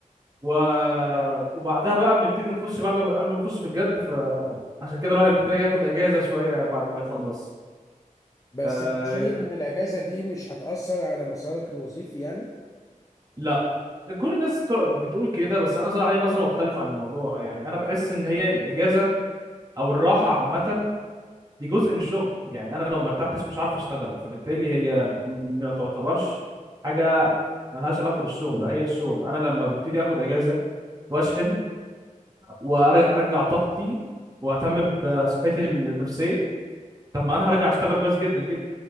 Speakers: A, on the right; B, on the left.
A: و... وبعدها بقى بنبتدي نخش بعد ما قبل ما نخش في الجد فعشان كده الواحد محتاج ياخد اجازة شوية بعد ما يخلص
B: بس
A: آه
B: انت شايف ان الاجازه دي مش هتاثر على مسارك الوظيفي يعني
A: لا كل الناس بتوع- بتقول كده بس انا صراحة عندي نظرة مختلفة عن الموضوع يعني انا بحس ان هي الاجازة او الراحة عامة دي جزء من الشغل يعني انا لو ما ارتحتش مش عارف اشتغل فبالتالي هي م- ما تعتبرش حاجه ملهاش علاقه بالشغل لا هي الشغل انا لما ببتدي اخد اجازه واشحن وارجع طاقتي واهتم بصحتي النفسيه طب ما انا هرجع اشتغل كويس جدا جدا